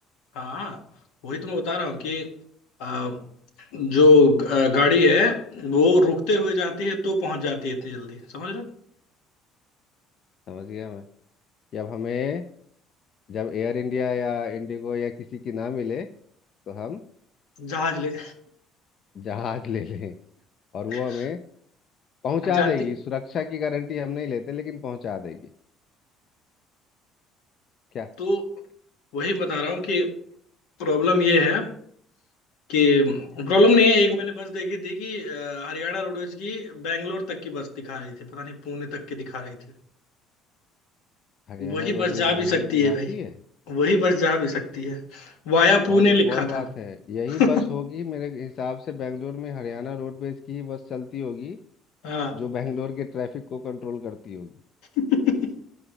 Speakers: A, on the left; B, on the left.
A: हाँ वही तो मैं बता रहा हूँ कि आ, जो ग- आ, गाड़ी है वो रुकते हुए जाती है तो पहुंच जाती है इतनी जल्दी समझ रहे हो?
B: समझ गया मैं जब हमें जब एयर इंडिया या इंडिगो या किसी की ना मिले तो हम
A: <laughs> जहाज ले
B: जहाज ले लें और
A: <laughs>
B: वो हमें पहुंचा
A: जाती
B: देगी सुरक्षा की गारंटी हम नहीं लेते लेकिन पहुंचा देगी क्या
A: तो वही बता रहा हूँ कि प्रॉब्लम ये है कि प्रॉब्लम नहीं है एक मैंने बस देखी थी कि आ, हरियाणा रोडवेज की बैंगलोर तक की बस दिखा रही थी पता नहीं पुणे तक की दिखा रही थी
B: हरियाणा
A: वही
B: रोडवेज
A: बस जा भी
B: बेंगलोर
A: सकती
B: में जाती
A: है भाई
B: है
A: वही बस जा भी सकती है वाया पुणे
B: और एक
A: लिखा
B: और बात
A: था
B: है यही
A: <laughs>
B: बस होगी मेरे हिसाब से बेंगलोर में हरियाणा रोडवेज की ही बस चलती होगी
A: हाँ
B: जो बैंगलोर के ट्रैफिक को कंट्रोल करती होगी
A: <laughs>